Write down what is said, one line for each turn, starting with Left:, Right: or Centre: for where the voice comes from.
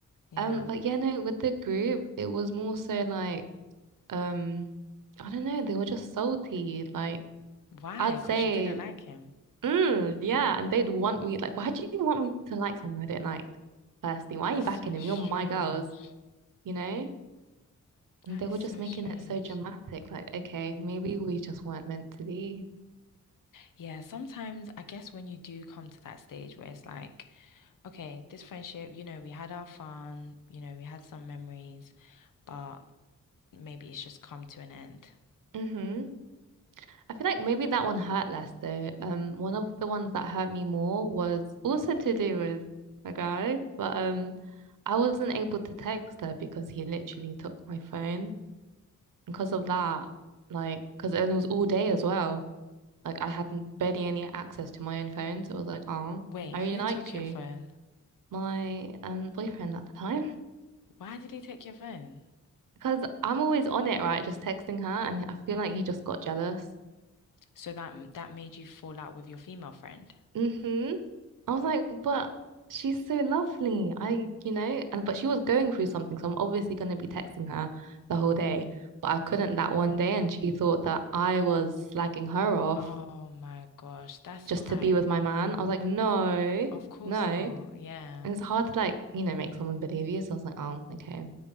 Left: Yeah.
Right: Um, but yeah, no, with the group, it was more so like, um, I don't know. They were just salty. Like
Left: Why?
Right: I'd say,
Left: Because you didn't like him.
Right: mm, yeah, and they'd want me. Like, why do you want me to like someone I don't like? Firstly, why
Left: That's
Right: are you backing
Left: so
Right: him?
Left: strange.
Right: You're my girls. You know. And
Left: That
Right: they
Left: is
Right: were
Left: so
Right: just making
Left: strange.
Right: it so dramatic. Like, okay, maybe we just weren't meant to be.
Left: Yeah, sometimes I guess when you do come to that stage where it's like, okay, this friendship, you know, we had our fun, you know, we had some memories, but maybe it's just come to an end.
Right: Mm-hmm. I feel like maybe that one hurt less though. Um, one of the ones that hurt me more was also to do with a guy, but um, I wasn't able to text her because he literally took my phone because of that, like, because it was all day as well. Like, I had barely any access to my own phone, so it was like, oh,
Left: Wait,
Right: I really
Left: who
Right: liked
Left: took your
Right: you,
Left: phone?
Right: my um boyfriend at the time,
Left: Why did he take your phone?
Right: <laughs> because I'm always on it, right? Just texting her, and I feel like he just got jealous.
Left: So that that made you fall out with your female friend.
Right: hmm I was like, but she's so lovely. I, you know, and but she was going through something, so I'm obviously going to be texting her the whole day. But I couldn't that one day, and she thought that I was slagging her off
Left: Oh my gosh, that's
Right: just
Left: quite,
Right: to be with my man. I was like, no,
Left: of course
Right: no.
Left: not. Yeah.
Right: And it's hard to like, you know, make someone believe you. So I was like, oh, okay.